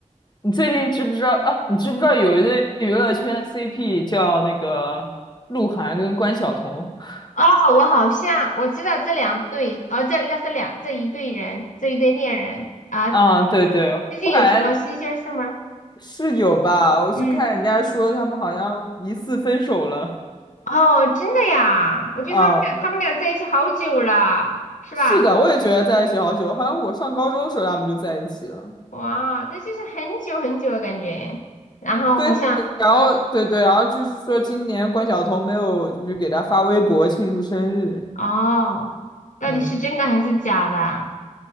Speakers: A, on the left; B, on the left.
A: 你最近知不知道啊？你知不知道有一对娱乐圈 CP 叫那个鹿晗跟关晓彤？
B: 哦，
A: <laughs>
B: 我好像我知道这两对，哦，这那这两这一对人，这一对恋人啊，
A: 啊，对对，
B: 最近有什么新鲜事吗？
A: 我感觉是有吧，我是看人家说他们好像疑似分手了。
B: 嗯，哦，真的呀，我觉得他们俩他们俩在一起好久了，
A: 啊，
B: 是吧？
A: 是的，我也觉得在一起好久，好像我上高中的时候他们就在一起了。
B: 哇，这就是很久很久的感觉。然后好像，
A: 对，然后对对，然后就是说今年关晓彤没有就是给他发微博庆祝生日，
B: 哦，到底是真的还是假的啊？
A: 嗯。